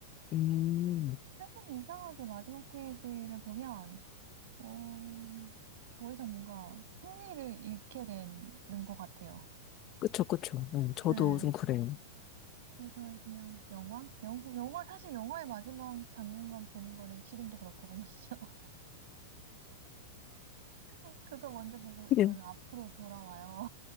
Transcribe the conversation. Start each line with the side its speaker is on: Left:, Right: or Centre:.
Left: 음,
Right: 책은 이상하게 마지막 페이지를 보면, 어, 더 이상 뭔가 흥미를 잃게 되는 것 같아요.
Left: 그쵸, 그쵸. 음, 저도
Right: 네.
Left: 좀 그래요.
Right: 그래서 그냥 영화? 영화, 영화 사실 영화의 마지막 장면만 보는 거는 지금도 그렇거든요. <laughs> 그거 먼저 보고
Left: 네.
Right: 저는 앞으로 돌아와요.